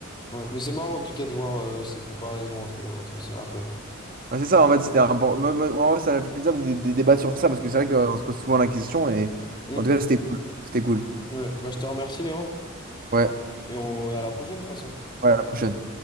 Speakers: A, on the left; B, on the right.
A: Ouais, mais c'est marrant en tout cas de voir euh, ces comparaisons entre, entre ces rappeurs.
B: Ah, c'est ça, en fait, c'était un bon- moi- moi- moi, ça m'a fait plaisir de, de- de débattre sur ça parce que c'est vrai qu'on se pose souvent la question et
A: Mm.
B: en tout cas, c'était cool. C'était cool.
A: Ouais. Bah, je te remercie, Léandre,
B: Ouais,
A: et on, à la prochaine de toute façon.
B: ouais, à la prochaine.